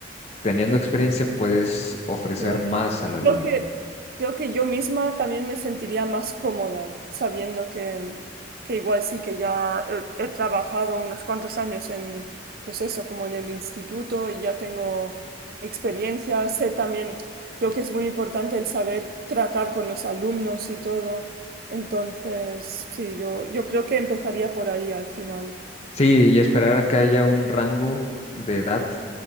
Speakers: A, on the left; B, on the right.
A: teniendo experiencia puedes ofrecer
B: Claro.
A: más al alumno.
B: Creo que, creo que yo misma también me sentiría más cómoda sabiendo que, que igual sí que ya he, he trabajado unos cuantos años en, pues eso, como en el instituto y ya tengo experiencia, sé también, creo que es muy importante el saber tratar con los alumnos y todo. Entonces, sí, yo, yo creo que empezaría por ahí al final.
A: Sí, y esperar a que haya un rango de edad